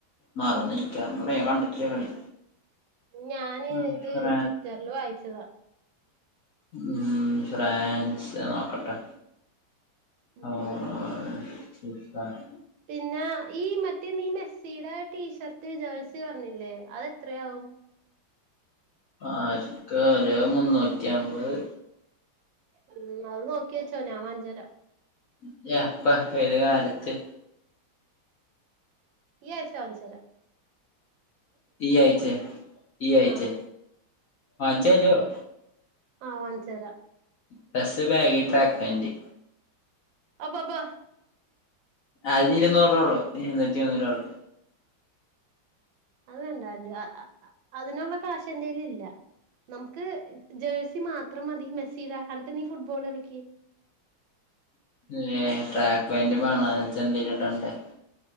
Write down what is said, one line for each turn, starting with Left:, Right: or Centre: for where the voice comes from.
Left: മറന്ന് ഇരിക്ക <unintelligible>
Right: ഉം
Left: ഞാൻ കണ്ടട്ടില്ല കളി
Right: ഞാന്
Left: ഉം
Right: ഇത്
Left: ഫ്രാ
Right: ട്വിറ്ററിൽ വായിച്ചതാ
Left: മ്മ് ഫ്രാൻസ് നോക്കട്ടെ
Right: ഉം
Left: ആ <unintelligible>
Right: പിന്നെ ഈ മറ്റേ നി മെസ്സിയുടെ ടീഷർട്ട് ജേഴ്സി പറഞ്ഞില്ലേ അതെത്രയാവും
Left: ആർക്ക് ഒരു മുന്നൂറ്റി അമ്പത്
Right: ഉം അതുനോക്കിവച്ചോ ഞാൻ വാങ്ങിചോല
Left: <unintelligible> പ്പ ഏത് കാലത്ത്
Right: ഈ ആഴ്ച വാങ്ങിച്ചുതരാം
Left: ഈ ആയിച്ച ഈ ആയിച്ച
Right: ആഹ്
Left: വാങ്ങിച്ചുതരുമോ
Right: ആ വാങ്ങിച്ചുതരാം
Left: ബസ് ബാഗി ട്രാക്ക് പൻറ്
Right: <unintelligible>
Left: അത് ഇരുന്നൂറ രൂപയുള്ളൂ ഇരുന്നൂറ്റി <unintelligible>
Right: അത് വേണ്ടാണ്ട് അതിനുള്ള കാശ എന്റെേും ഇല്ല നമുക്ക് ജേഴ്സി മാത്രം മതി മെസ്സീടെ എന്നിട്ട് നീ ഫുട്ബോൾ കളിക്ക്
Left: <unintelligible> ട്രാക്ക് പാൻ വേണ <unintelligible>